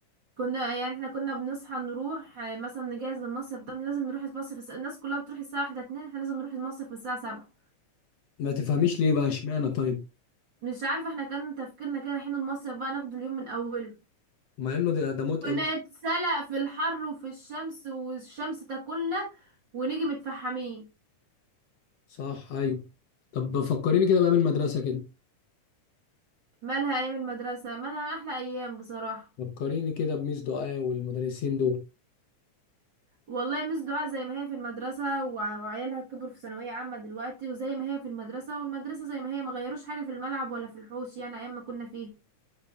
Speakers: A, on the right; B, on the left.
A: كنا يعني احنا كنا بنصحى نروح آه، مثلا نجهز للمصيف ده لازم نروح المصيف الس- الناس كلها بتروح الساعة واحدة اتنين احنا لازم نروح المصيف من الساعة سبعة
B: ما تفهميش ليه بقى اشمعنى طيب
A: مش عارفة احنا كان تفكيرنا كده رايحين المصيف بقى ناخد اليوم من أوله
B: مع انه ده ده متعب
A: ونتسلق في الحر وفي الشمس والشمس تاكلنا ونيجي متفحمين
B: صح ايوه طب فكريني كده بقى بالمدرسه كده
A: مالها أيام المدرسة مالها أحلى أيام بصراحة
B: فكريني كده بميس دعاء والمدرسين دول
A: والله مس دعاء زي ما هي في المدرسة وع- وعيالها كبروا في ثانوية عامة دلوقتي وزي ما هي في المدرسة والمدرسة زي ما هي ما غيروش حاجة في الملعب ولا في الحوش يعني أيام ما كنا فيه